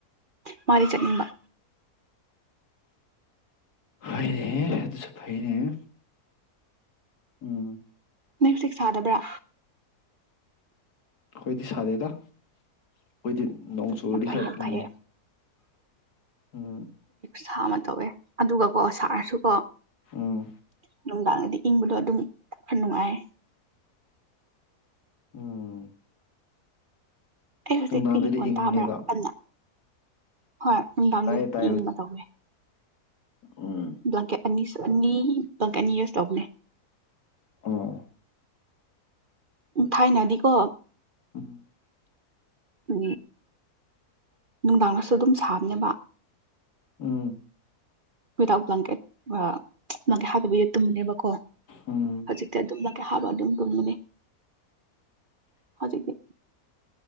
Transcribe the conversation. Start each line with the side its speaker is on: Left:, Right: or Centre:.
Right: ꯃꯥꯗꯤ ꯆꯠꯅꯤꯡꯕ
Left: ꯍꯣꯏꯅꯦ ꯑꯗꯨꯁꯨ ꯐꯩꯅꯦ ꯎꯝ
Right: ꯅꯪ ꯍꯧꯖꯤꯛ ꯁꯥꯗꯕ꯭ꯔꯥ
Left: ꯍꯣꯏꯗꯤ ꯁꯥꯗꯦꯗ ꯑꯩꯈꯣꯏꯗꯤ ꯅꯣꯡ ꯆꯨꯔꯗꯤ
Right: ꯌꯥꯝ ꯐꯩ
Left: ꯈꯔ
Right: ꯌꯥꯝ
Left: ꯏꯪꯉꯦ
Right: ꯐꯩꯌꯦ
Left: ꯎꯝ
Right: ꯁꯥ ꯑꯃ ꯇꯧꯋꯦ ꯑꯗꯨꯒꯀꯣ ꯁꯥꯔꯁꯨꯀꯣ
Left: ꯎꯝ
Right: ꯅꯨꯡꯗꯥꯡꯗꯗꯤ ꯏꯪꯕꯗꯣ ꯑꯗꯨꯝ ꯅꯨꯡꯉꯥꯏ
Left: ꯎꯝ
Right: ꯑꯩ ꯍꯧꯖꯤꯛ
Left: ꯅꯨꯡꯗꯥꯡꯗꯗꯤ
Right: ꯑꯩꯒꯤ ꯀꯣꯟ
Left: ꯏꯪꯉꯦꯕ
Right: ꯇꯥꯕ꯭ꯔꯥ ꯀꯟꯅ ꯍꯣꯏ ꯅꯨꯡꯗꯥꯡꯗ
Left: ꯇꯥꯏꯌꯦ ꯇꯥꯏꯌꯦ
Right: ꯏꯪꯕ
Left: ꯍꯧꯖꯤꯛ
Right: ꯇꯧꯋꯦ
Left: ꯎꯝ
Right: ꯕ꯭ꯂꯥꯟꯀꯦꯠ ꯑꯅꯤ ꯁꯨꯔꯅꯤ ꯕ꯭ꯂꯥꯟꯀꯦꯠꯀ ꯑꯅꯤ ꯌꯨꯁ ꯇꯧꯕꯅꯦ
Left: ꯑꯥ
Right: ꯎ ꯊꯥꯏꯅꯗꯤꯀꯣ
Left: ꯎꯝ
Right: ꯎ ꯅꯨꯡꯗꯥꯡꯗꯁꯨ ꯑꯗꯨꯝ ꯁꯥꯕꯅꯦꯕ
Left: ꯎꯝ
Right: ꯋꯤꯗꯥꯎꯠ ꯕ꯭ꯂꯥꯡꯀꯦꯠ ꯃꯀꯩꯠ ꯍꯥꯕꯕ ꯇꯨꯝꯕꯅꯦꯕꯀꯣ
Left: ꯎꯝ
Right: ꯍꯧꯖꯤꯛꯇꯤ ꯑꯗꯨꯝ ꯕ꯭ꯂꯥꯟꯀꯦꯠꯀ ꯍꯥꯞꯄ ꯑꯗꯨꯝ ꯇꯨꯝꯕꯅꯦ ꯍꯧꯖꯤꯛꯇꯤ